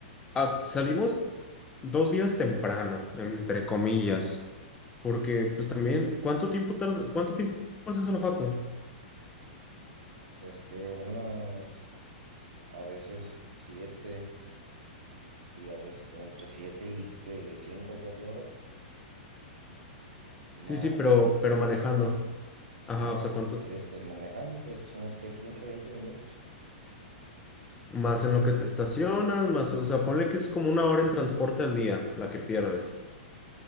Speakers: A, on the left; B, on the right.
A: a- salimos dos días temprano, entre comillas. Porque, pues también, ¿cuánto tiempo tarda, cuánto tiempo haces a la facu?
B: Pues que unas, a veces siete, y a veces entre siete y que cinco o cuatro horas, más
A: Sí, sí, pero,
B: el, re-
A: pero manejando.
B: el recorrido.
A: Ajá,
B: Ah,
A: o sea, ¿cuánto?
B: este, manejando pues unos que 15 20 minutos.
A: Más en lo que te estacionas, más, o sea, ponle que es como una hora en transporte al día la que pierdes.